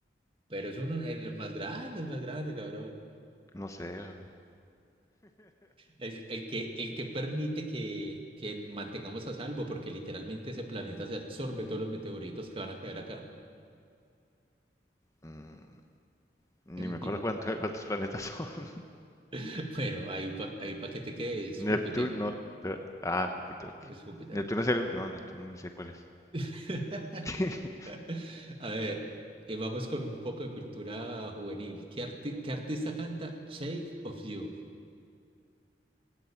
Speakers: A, on the right; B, on the left.
A: pero es uno, el más grande, el más grande, cabrón.
B: No sé. <laughs>
A: El, el que, el que permite que, que mantengamos a salvo, porque literalmente ese planeta se absorbe todos los meteoritos que van a caer acá.
B: Mm, Ni
A: En
B: me acuerdo
A: pi-
B: cuánto- cuántos planetas son. <laughs>
A: <laughs> Bueno, ahí, pa- ahí para que te quedes,
B: Neptuno.
A: Júpiter.
B: pero- Ah, Júpiter. ok.
A: Es Júpiter.
B: Neptuno es el... No, Neptuno ni sé cuál es.
A: <laughs>
B: <laughs>
A: <laughs> A ver, eh, vamos con un poco de cultura juvenil. ¿Qué, arti- qué artista canta Shape of You?